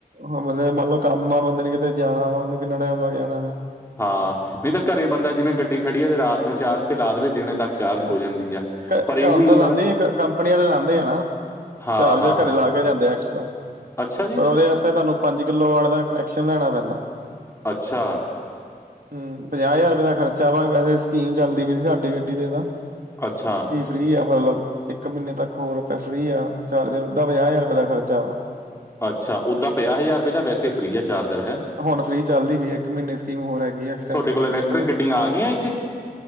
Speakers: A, on the right; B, on the left.
A: ਹ ਬੰਦੇ ਮੰਨ ਲਓ ਕੰਮ ਆ ਬੰਦੇ ਨੇਂ ਕਿਤੇ ਜਾਣਾ ਵਾ, ਉਹਨੂੰ ਕਿੰਨਾ ਟਾਈਮ ਲੱਗ ਜਾਣਾ ਫਿਰ
B: ਹਾਂ, ਨ੍ਹੀਂ ਤਾਂ ਘਰੇ ਬੰਦਾ ਜਿਵੇਂ
A: ਹੂੰ।
B: ਗੱਡੀ ਖੜੀ ਐ ਤੇ ਰਾਤ ਨੂੰ ਚਾਰਜ ਤੇ ਲਾ ਦੇਵੇ ਦਿਨੇਂ ਤੱਕ ਚਾਰਜ
A: <unintelligible>
B: ਹੋ ਜਾਂਦੀ ਆ।
A: ਘਰ
B: ਪਰ ਇਹ ਵੀ
A: ਤਾਂ ਲਾਂਦੇ
B: ਆ
A: ਈ ਕੰਪਨੀ ਆਲੇ ਲਾਂਦੇ ਆ ਨਾਂ।
B: ਹਾਂ,
A: ਚਾਰਜਰ
B: ਹਾਂ,
A: ਘਰੇ
B: ਹਾਂ।
A: ਲਾ ਕੇ ਜਾਂਦੇ ਆ ਐਕਸਟਰਾ,
B: ਅੱਛਾ ਜੀ!
A: ਪਰ ਉਹਦੇ ਵਾਸਤੇ ਤੁਹਾਨੂੰ ਪੰਜ ਕਿੱਲੋ ਵਾਲੇ ਦਾ ਕਨੈਕਸ਼ਨ ਲੈਣਾ ਪੈਂਦਾ।
B: ਅੱਛਾ
A: ਹਂ, ਪੰਜਾਹ ਹਜ਼ਾਰ ਰੁਪਏ ਦਾ ਖਰਚਾ ਵਾ ਵੈਸੇ ਸਕੀਮ ਚੱਲਦੀ ਪਈ ਸੀ। ਸਾਡੀ ਗੱਡੀ ਤੇ ਤਾਂ।
B: ਅੱਛਾ।
A: ਫ੍ਰੀ ਆ, ਮਤਲਬ। ਇੱਕ ਮਹੀਨੇ ਤੱਕ ਹੋਰ ਰ ਫ੍ਰੀ ਆ, ਚਾਰ- ਹਜਾਰ, ਉਦਾ ਪੰਜਾਹ-ਹਜ਼ਾਰ ਰੁਪਏ ਦਾ ਖਰਚਾ ਵਾ।
B: ਅੱਛਾ, ਉੱਦਾਂ ਪੰਜਾਹ-ਹਜ਼ਾਰ ਰੁਪਏ ਦਾ, ਵੈਸੇ ਫ੍ਰੀ ਆ, ਚਾਰਜਰ ਹੈਂ।
A: ਹੁਣ ਫ੍ਰੀ ਚੱਲਦੀ ਪਈ ਆ, ਇੱਕ ਮਹੀਨੇ ਸਕੀਮ ਹੋਰ ਹੈਗੀ ਹੈ। ਸੇਂਡ
B: ਤੁਹਾਡੇ
A: ਕੀਤੀ
B: ਕੋਲ ਇਲੈਕਟ੍ਰਿਕ
A: ਇਹਨਾਂ ਨੇ,
B: ਗੱਡੀਆਂ ਆ ਗਈਆਂ ਇੱਥੇ?